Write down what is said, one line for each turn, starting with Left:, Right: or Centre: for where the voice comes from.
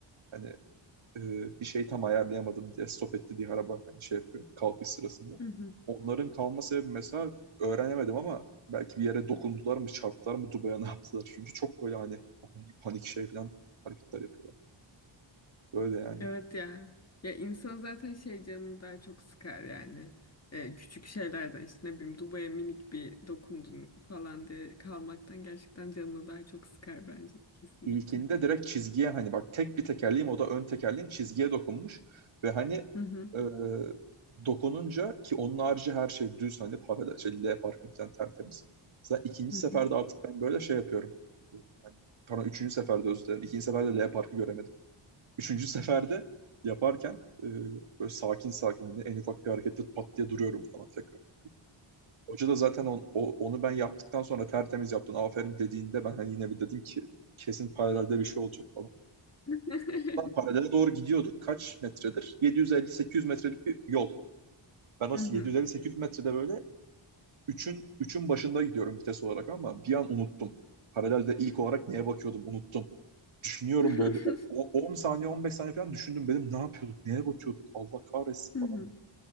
Right: hani e, bir şey tam ayarlayamadım diye stop etti diye araba hani şey yapıyor kalkış sırasında.
Left: Hı hı.
Right: Onların kalma sebebi mesela öğrenemedim ama belki bir yere dokundular mı çarptılar mı Dubai'ye ne yaptılar. Çünkü çok böyle hani ani panik şey falan hareketler yapıyorlar. Böyle yani.
Left: Evet ya. Ya insan zaten şey canını daha çok sıkar yani. Ee, küçük şeylerden işte ne bileyim Dubai'ye minik bir dokundun falan diye kalmaktan gerçekten canını daha çok sıkar bence de kesinlikle.
Right: İlkinde direkt çizgiye hani bak tek bir tekerleğim o da ön tekerleğim çizgiye dokunmuş ve hani
Left: Hı hı.
Right: e, dokununca ki onun harici her şey düz hani paralel şey, L parkın falan tertemiz. Zaten ikinci
Left: Hı
Right: seferde
Left: hı.
Right: artık ben böyle şey yapıyorum. Hani, pardon üçüncü seferde özür dilerim. İkinci seferde L parkı göremedim. Üçüncü seferde yaparken e, böyle sakin sakin hani en ufak bir harekette pat diye duruyorum falan tekrar. Hoca da zaten on- o- onu ben yaptıktan sonra tertemiz yaptın aferin dediğinde ben hani yine bir dedim ki kesin paralelde bir şey olacak falan
Left: <laughs>
Right: paralele doğru gidiyorduk. Kaç metredir? 750-800 metrelik bir yol. Ben o
Left: Hı hı.
Right: 750-800 metrede böyle üçün üçün başında gidiyorum vites olarak ama bir an unuttum. Paralelde ilk olarak neye bakıyordum unuttum. Düşünüyorum
Left: <laughs>
Right: böyle bir o- o- 10 saniye 15 saniye falan düşündüm. Dedim ne yapıyorduk? Neye bakıyorduk? Allah kahretsin
Left: Hı
Right: falan
Left: hı.
Right: diye